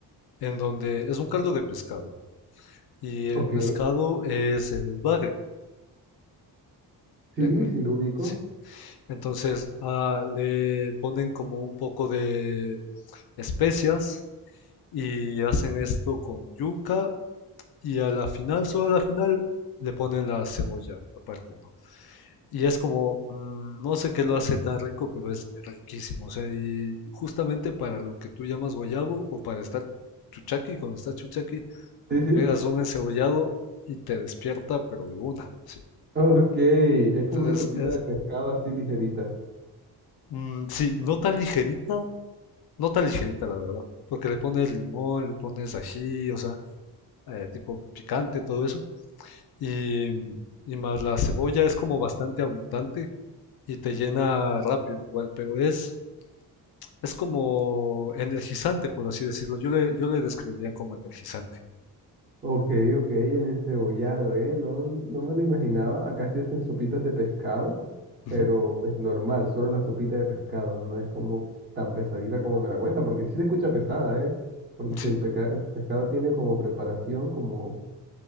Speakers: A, on the left; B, on the right.
A: en donde, es un caldo de pescado, ¿no? Y el
B: Ok,
A: pescado es el bagre,
B: sí,
A: eh, eh,
B: sí lo ubico.
A: sí. Entonces ah, le ponen como un poco de especias y hacen esto con yuca y a la final, solo a la final, le ponen la cebolla aparte, ¿no? Y es como, mm, no sé qué lo hace tan rico, pero es riquísimo. O sea, y justamente para lo que tú llamas guayabo o para estar chuchaqui, cuando estás chuchaqui,
B: Sí,
A: te
B: sí.
A: pegas un encebollado y te despierta, pero de una, sí.
B: Ok, es
A: Entonces
B: como una sopita
A: es,
B: de pescado así ligerita.
A: mm, sí, no tan ligerita, no tan ligerita, la verdad, porque le pones limón, le pones ají, o sea, eh, tipo picante, todo eso y, y más la cebolla es como bastante abundante y te llena rápido igual, pero es, es como energizante, por así decirlo. Yo le, yo le describiría como energizante.
B: Ok, ok, el encebollado, ¿eh? No, no me lo imaginaba. Acá se hacen sopitas de pescado,
A: Ujú.
B: pero pues normal, solo la sopita de pescado. No es como tan pesadita como me la cuenta, porque sí se escucha pesada, ¿eh? Porque
A: Sí.
B: si el, peca- el pescado tiene como preparación, como,